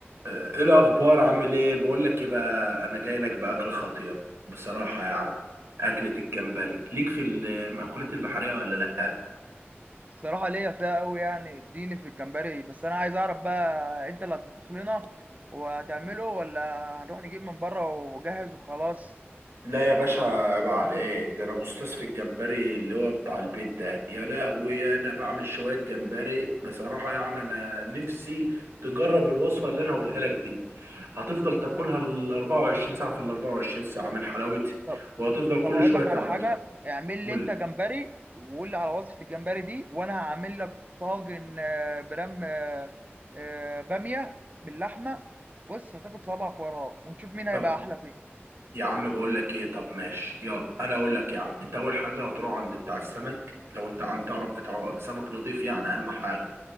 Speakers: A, on the right; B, on the right.
A: ايه الاخبار عامل ايه بقول لك ايه بقى انا جاي لك باكل خطير بصراحه يعني اكله الجمبري ليك في المأكولات البحريه ولا لا
B: الصراحة ليا فيها قوي يعني اديني في الجمبري بس انا عايز اعرف بقى انت اللي هتطبخ لنا وهتعمله ولا هنروح نجيب من بره وجاهز وخلاص
A: لا يا باشا عيب عليك ده انا استاذ في الجمبري اللي هو بتاع البيت ده يا لهوي انا بعمل شويه جمبري بصراحه يعني انا نفسي تجرب الوصفه اللي انا هقولها لك دي هتفضل تاكلها ال 24 ساعه في ال 24 ساعه من حلاوتها
B: طب
A: وهتفضل
B: طب
A: كل
B: اقول
A: شويه
B: لك
A: تعملها
B: على حاجة اعمل
A: قول
B: لي انت
A: لي.
B: جمبري وقول لي على وصفة الجمبري دي وانا هعمل لك طاجن آه، برام آه، آه، بامية باللحمة بص هتاكل صوابعك وراه ونشوف مين
A: طب
B: هيبقى احلى فيه
A: يا عم بقول لك ايه طب ماشي يلا انا اقول لك يا عم انت اول حاجه هتروح عند بتاع السمك لو انت عن تعرف بتاع سمك نظيف يعني اهم حاجه